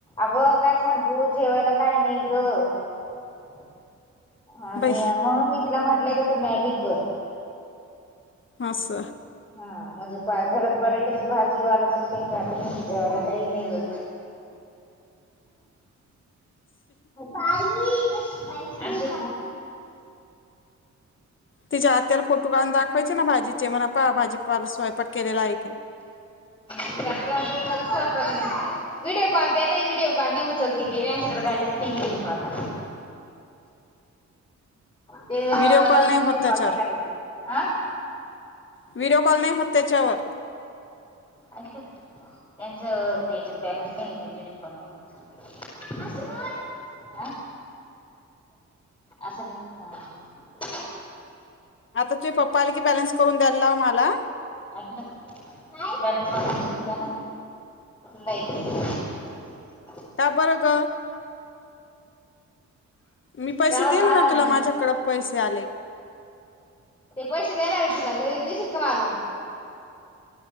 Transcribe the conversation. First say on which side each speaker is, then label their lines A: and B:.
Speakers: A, on the left; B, on the left.
A: अगं काय सांगू जेवायला काही नाही ग. थ आणि
B: बाई
A: म्हणून मी तिला म्हंटलेय का तू मॅगी कर.
B: ह, स
A: हा म्हणजे पा घरात बटाट्याची भाजी वाल्याच्या शेंगा मी जेवायला काही नाहीघ. पाई असश
B: तिच्या आत्याला फोटो काढून दाखवायचे ना भाजीचे म्हणा पा भाजी स्वयंपाक केलेला आहे
A: तिच्या आत्या म्हणती खरंच स्वयंपाक व्हिडिओ कॉल ते नाही, व्हिडिओ कॉल नाही, उचलते तेँकडे बॅलेन्स नाही व्हडडीिओ कॉल. ण ते मग
B: व्हिडिओ कॉल
A: त्या
B: नाही
A: व्हडिओ
B: होत
A: कॉल
B: त्याच्यावर
A: नाही करायचा ह.
B: व्हिडिओ कॉल नाही होत त्याच्यावर.
A: ऐकलं का त्यांच त्याच्यात बॅलन्स नाही येत व्हिडिओ कॉल नाही होत. ण असं नाही होत.
B: आता तुझ पप्पा आली की बॅन्स करून. द्यायला लाव मला
A: बॅलन्स मारून नाही
B: त्या बरं ग मी पैसे
A: का बरं
B: देईल
A: मारणार
B: ना तुला
A: नाही
B: माझ्याकड पैसे आले.
A: ते पैसे देणार आहे तुला दिशील का मारून.